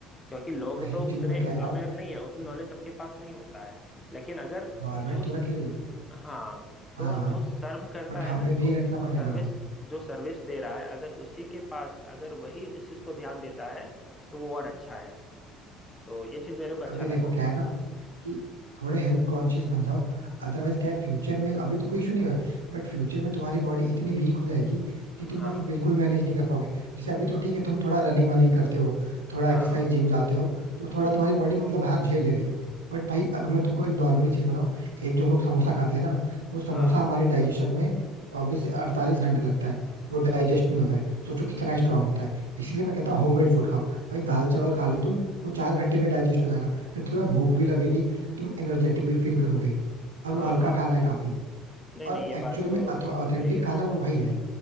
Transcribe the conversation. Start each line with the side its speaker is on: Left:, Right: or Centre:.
Left: क्योंकि लोग
Right: वही
Left: तो उतने
Right: चीज मैं कह रहा
Left: अवेयर
Right: हूँ
Left: नहीं है उतनी
Right: कि
Left: नॉलेज सबके पास नहीं होता है लेकिन अगर
Right: गवर्नमेंट
Left: जो
Right: तो रख रही है
Left: हाँ तो
Right: हाँ हाँ
Left: जो सर्व करता
Right: बट हमें
Left: है ना
Right: भी
Left: जो
Right: रखना पड़ेगा
Left: सर्विस जो सर्विस दे रहा है अगर उसी के पास अगर वही उस चीज को ध्यान देता है तो वो और अच्छा है तो ये चीज मेरे को अच्छा
Right: अभी
Left: लगा
Right: देखो क्या है ना कि थोड़े हेल्थ कॉन्शियस बन जाओ अदरवाइज क्या है फ्यूचर में अभी तो कोई इशू नहीं हुआ है बट फ्यूचर में तुम्हारी बॉडी इतनी वीक हो जाएगी कि
Left: हाँ
Right: तुम मतलब बिल्कुल मैनेज नहीं कर पाओगे जैसे अभी तो ठीक है तुम थोड़ा रनिंग वनिंग करते हो थोड़ा
Left: हाँ
Right: एक्सरसाइज जिम जाते हो तो थोड़ा
Left: हम्म
Right: तुम्हारी बॉडी मतलब हाँ झेल ले रही है बट भाई अगर मैं तुमको एक नॉर्मली चीज बताऊं एक जो हम लोग समोसा खाते हैं ना वो समोसा
Left: हाँ
Right: हमारे डाइजेशन में चौबीस से अड़तालीस घंटे लगता है वो डाइजेस्ट नहीं होता है सोचो कितना स्ट्रांग होता है इसीलिए मैं कहता हूँ होममेड फूड खाओ भाई दाल चावल खा लो तुम वो चार घंटे में डाइजेस्ट हो जाएगा फिर तुम्हें भूख भी लगेगी तुम एनर्जेटिक भी फील करोगे और
Left: हाँ
Right: वो हल्का खाना है काफी
Left: नहीं
Right: और
Left: नहीं ये बात
Right: एक्चुअल में
Left: तो बिल्कुल
Right: ऑथेंटिक
Left: सही है
Right: खाना वो वही है